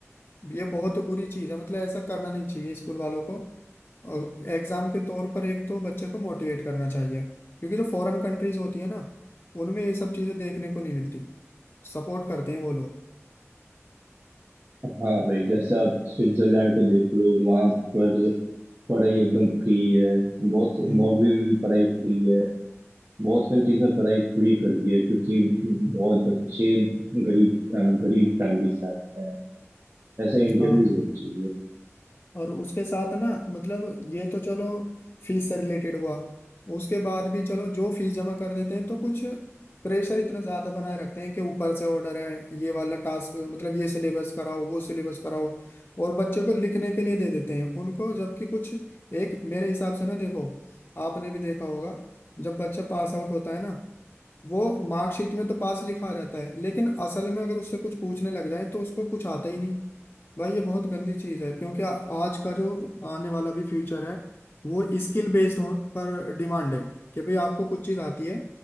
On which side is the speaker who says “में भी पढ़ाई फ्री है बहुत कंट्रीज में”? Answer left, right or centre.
Right